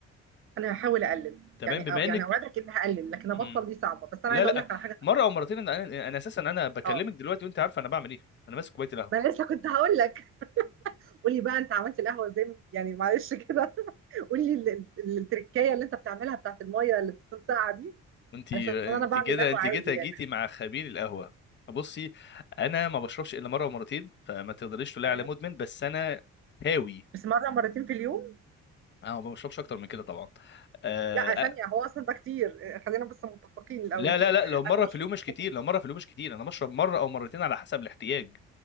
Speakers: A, on the right; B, on the left.
A: انا هحاول اقلل
B: تمام
A: يعني
B: بما
A: أو يعني
B: انك
A: اوعدك اني هقلل لكن ابطل
B: مم.
A: دي صعبه بس انا
B: لا
A: عايزه
B: لا
A: اقول لك على حاجه ثانيه
B: مره او مرتين انا انا أنا اساسا انا بكلمك
A: اه
B: دلوقتي وانت عارفه انا بعمل ايه انا ماسك كوبايه القهوه
A: ما أنا لسه كنت هقول لك <laughs> قولي بقى انت عملت القهوه ازاي من- يعني معلش كده <laughs> قولي ال- ال- التركية اللي انت بتعملها بتاعت الميه اللي بتكون ساقعه دي
B: انت
A: علشان انا
B: انت
A: بعمل
B: كده
A: قهوه
B: انت
A: عادي
B: جيت جيتي
A: يعني
B: مع خبير القهوه بصي انا ما بشربش الا مره ومرتين فما تقدريش تقولي
A: ايوه
B: على مدمن بس انا هاوي
A: بس مره مرتين في اليوم
B: انا ما بشربش اكتر من كده طبعا آه
A: لا ثانيه
B: آه،
A: هو اصلا ده كتير آه، خلينا بس متفقين الاول
B: لا
A: <laughs>
B: لا لا لو مره
A: انا
B: في
A: بشرب
B: اليوم مش
A: في الجامعة.
B: كتير لو مره في اليوم مش كتير انا بشرب مره او مرتين على حسب الاحتياج